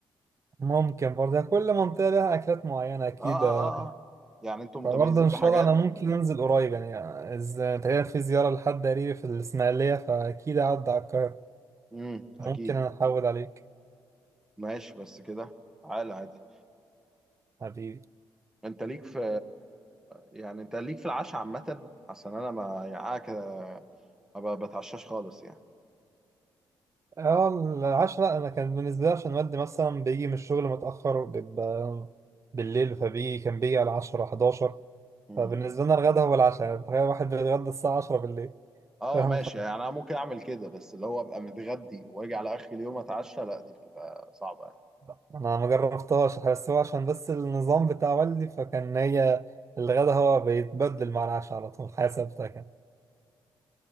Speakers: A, on the right; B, in the centre.
A: ممكن برضه يعني كل منطقة لها أكلات معينة أكيد
B: اه اه
A: آه،
B: اه آه. يعني انتوا متميزين
A: فبرضه إن
B: بحاجات
A: شاء الله أنا ممكن
B: و-
A: أنزل قريب يعني آه، إذا تقريبا في زيارة لحد قريبي في الإسماعيلية فأكيد أعدي على القاهرة
B: امم
A: ممكن
B: اكيد
A: أنا أحود عليك
B: ماشي بس كده تعالى عادي
A: حبيبي
B: انت ليك في يعني انت ليك في العشاء عامة عشان انا ما يعني انا كده ما بتعشاش خالص يعني
A: اه العشرة أنا كان بالنسبة لي عشان والدي مثلا بيجي من الشغل متأخر بيبقى بالليل فبيجي كان بيجي على عشرة حداشر
B: امم
A: فبالنسبة لنا الغدا هو العشاء يعني تخيل واحد بيتغدى الساعة عشرة بالليل
B: اه
A: فاهم
B: ماشي
A: ف-
B: يعني انا ممكن اعمل كده بس اللي هو ابقى متغدي واجي على اخر اليوم اتعشى لا دي بتبقى صعبة يعني.
A: أنا ما جربتهاش بس هو عشان بس النظام بتاع والدي فكان هي الغدا هو بيتبدل مع العشاء على طول حياة ثابتة كان